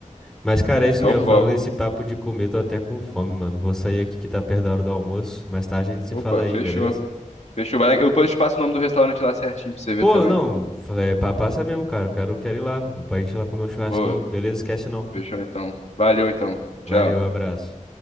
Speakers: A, in the centre; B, on the left.
A: Mas, cara, é isso
B: É
A: mesmo.
B: o foco.
A: Falando esse papo de comer, tô até com fome, mano. Vou sair aqui que tá perto da hora do almoço. Mais tarde a gente se
B: Opa,
A: fala aí,
B: fechou.
A: beleza?
B: Fechou, vai lá- eu depois te passo o nome do restaurante lá certinho pra você ver
A: Pô,
B: também.
A: não, é, pa- passa mesmo, cara. Eu quero, quero ir lá. Pra gente ir lá comer um churrasquinho,
B: Boa,
A: beleza? Esquece não.
B: fechou então. Valeu então.
A: Valeu,
B: Tchau.
A: abraço.